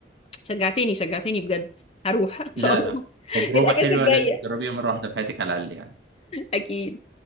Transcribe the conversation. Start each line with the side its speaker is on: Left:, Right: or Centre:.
Left: شجعتني شجعتني بجد هروح ان شاء
Right: لا
Left: الله
Right: لا
Left: <laughs>
Right: تجربه
Left: الاجازه
Right: حلوه
Left: الجايه
Right: لازم تجربيها مره واحده في حياتك على الاقل يعني
Left: اكيد